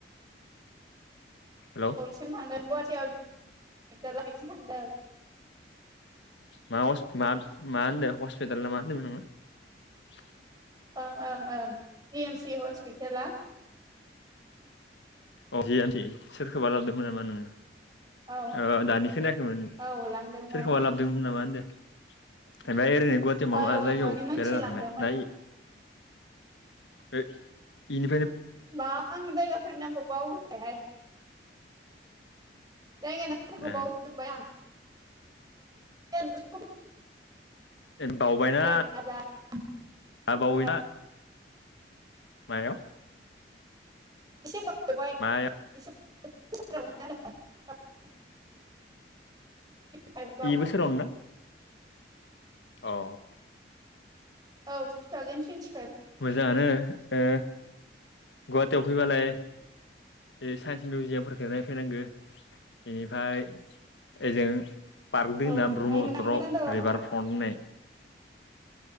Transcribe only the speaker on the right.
बयसिम थांदों गुवाहाटीयाव <unintelligible> लागैसिम थांदों
ओं ओं ओं जिएम सि हस्पिटालाआ
औ
औ लांदोंमोन
औ
औ
न'नि मानसि
लांदोंमोन
मा आं जायगाफोरनि नामखौ बावहोबायहाय जायगा नामफोरखौ
बावजोबबाय आं <unintelligible>
<unintelligible> बेफोराव
एसे बावबाय
एसे <unintelligible> फाइभआव
औ थुथावजेनथुइन्थि
औ
नायनो थांनो मेरला दं